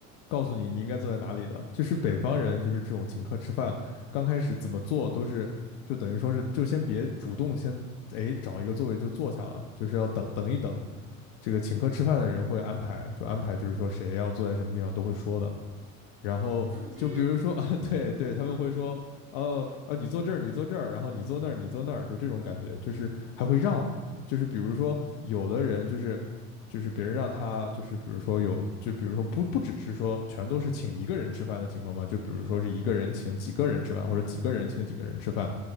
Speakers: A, on the left (about 65°); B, on the right (about 35°).
A: 告诉你你应该坐在哪里的，就是北方人，就是这种请客吃饭，刚开始怎么做都是，就等于说是，就先别主动先，哎，找一个座位就坐下了，就是要等等一等，这个请客吃饭的人会安排，就安排就是说谁要坐在什么地方都会说的。然后就比如说，
B: <laughs> 然就是，
A: <laughs> 啊，对对，他们会说，
B: 嗯，
A: 呃呃，你坐这儿，你坐这儿，然后你坐那儿，你坐那儿，就这种感觉，就是还会让，就是比如说有的人就是就是别人让他就是比如说有就比如说不不只是说全都是请一个人吃饭的情况嘛，就比如说是一个人请几个人吃饭，或者几个人请几个人吃饭，